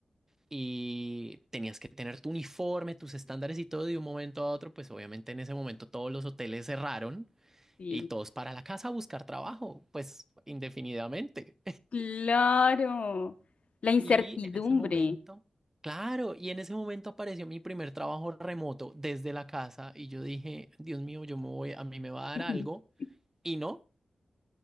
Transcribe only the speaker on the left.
Sí.
Claro, la incertidumbre.
<laughs>